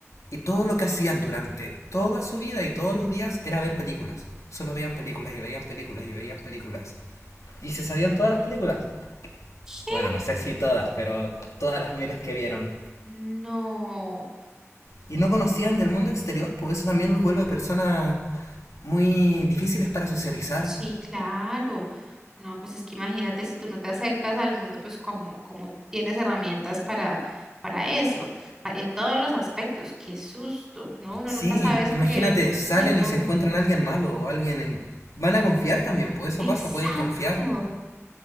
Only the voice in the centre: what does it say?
¿Qué?
No.
Sí, claro. No, pues es que imagínate si tú no te acercas al mundo, pues como, como tienes herramientas para, para eso, pa- en todos los aspectos. Qué susto, ¿no? Uno
nunca sabe eso
que...
Uy, no.
Exacto.